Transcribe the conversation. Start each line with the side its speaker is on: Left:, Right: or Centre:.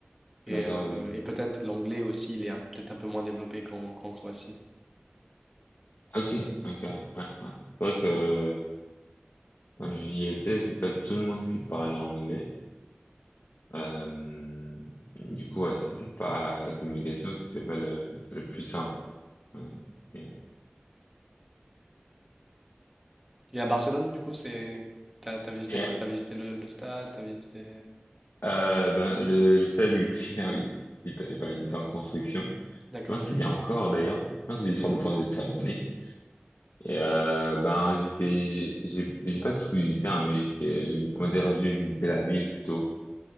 Centre: Et,
Left: d'accord,
Centre: euh,
Left: oui. oui.
Centre: et peut-être l'anglais aussi, il est un- peut-être un peu moins développé qu'en qu'en Croatie.
Left: Ok, ok, ouais, ouais. ouais. C'est vrai que euh, quand j'y étais, c'est pas tout le monde qui parlait anglais. Euh, du coup, ouais, c'était pas la communication, c'était pas le, le plus simple. Ouais.
Centre: Et à Barcelone, du coup, c'est. T'as, t'as visité
Left: Et,
Centre: quoi? T'as visité le, le stade, t'as visité.
Left: Euh, ben, le, le stade, il <laughs> finalise. Il, est- ben, il est en construction.
Centre: D'accord.
Left: Je pense qu'il y est encore, d'ailleurs. Je pense qu'il est sur le point d'être terminé. Et, euh, ben, j'ai fait, j'ai, j'ai j'ai pas tout visité, hein, mais j'ai, fait- j'ai- on va dire, j'ai visité la ville plutôt,